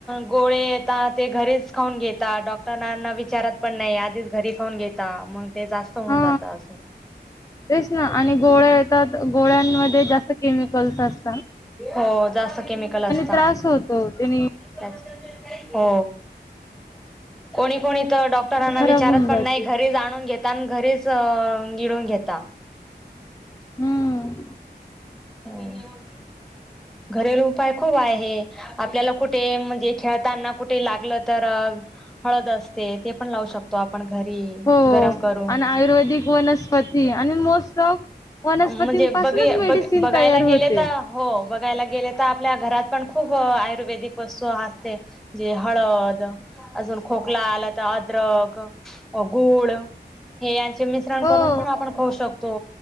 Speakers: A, in the centre; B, on the left.
A: गोळे येतात ते घरीच खाऊन घे त्या डॉक्टरांना विचारत पण नाही आधीच घरी खाऊन घेता मग ते जास्त होऊन
B: हा
A: जातं अजून.
B: तेच ना आणि गोळ्या येतात गोळ्यांमध्ये जास्त केमिकल्स अस
A: हो, जास्त केमिकल असता
B: त्रास होतो त्याने
A: त्याच्या हो, कोणी कोणी तर डॉक्टरांना
B: खराब
A: विचारत
B: होऊन
A: पण
B: जाते
A: नाही, घरीच आणून घेता आणि घरीच गिळून घेता
B: हम्म.
A: हो. घरेलू उपाय खूप आहे, आपल्याला कुटे म्हणजे खेळताना कुट ते लागलं तर अ हळद असते. ते पण लावू शकतो आपण घरी
B: हो,
A: गरम करून
B: आन आयुर्वेदिक वनस्पती आणि मोस्ट ऑफ वनस्पतींपासूनच
A: अं म्हणजे बबे
B: मेडिसिन
A: बग बघायला
B: तयार होते
A: गेले, तर हो बघायला गेले तर आपल्या घरात पण खु खूप आयुर्वेदिक वस्तू आसते. जे हळद अजून खोकला आला त अद्रक अ गुड हे याचे मिश्रण
B: हो
A: करून पण आपण खाऊ शकतो.